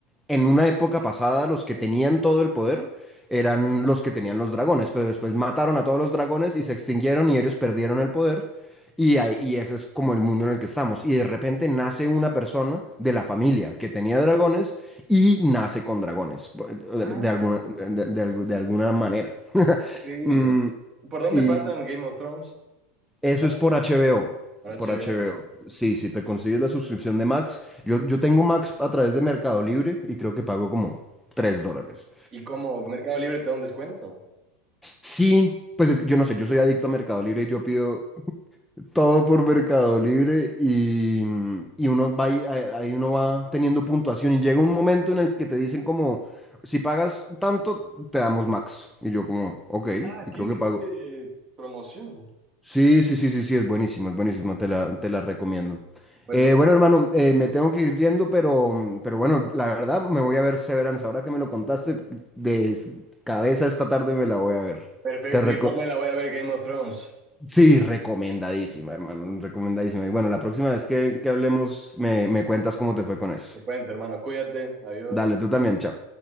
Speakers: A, in the centre; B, on the right.
A: en una época pasada los que tenían todo el poder eran los que tenían los dragones, pero después mataron a todos los dragones y se extinguieron y ellos perdieron el poder y, ahí- y ese es como el mundo en el que estamos. Y de repente nace una persona de la familia que tenía dragones y nace con dragones, de,
B: Ah,
A: de alguna, de de- de alguna manera. <laughs>
B: increíble.
A: Mm,
B: ¿Por dónde
A: y,
B: pasan Game of Thrones?
A: eso
B: ¿Sabes?
A: es por HBO,
B: Por HBO.
A: por HBO. Sí, si te consigues la suscripción de Max, yo, yo tengo Max a través de Mercado Libre y creo que pago como 3 dólares.
B: ¿Y cómo Mercado Libre te da un descuento?
A: Sí, pues es que yo no sé, yo soy adicto a Mercado Libre y yo pido todo por Mercado Libre y, y uno va, y- ahí ahí uno va teniendo puntuación y llega un momento en el que te dicen como, si pagas tanto, te damos Max. Y yo como, ok,
B: Ah,
A: y
B: qué
A: creo
B: increíble
A: que pago.
B: promoción.
A: Sí, sí, sí, sí, sí, es buenísimo, es buenísimo, te la, te la recomiendo.
B: Pues
A: Eh, bueno, hermano, eh, me tengo que ir yendo, pero, pero bueno, la verdad me voy a ver Severance. Ahora que me lo contaste de s- cabeza esta tarde me la voy a ver.
B: perfecto,
A: Te reco-
B: igual me la voy a ver Game of Thrones.
A: sí, recomendadísima, hermano, recomendadísima. Y bueno, la próxima vez que, que hablemos me, me cuentas cómo te fue con eso.
B: Te cuento, hermano, cuídate, adiós.
A: Dale, tú también, chao.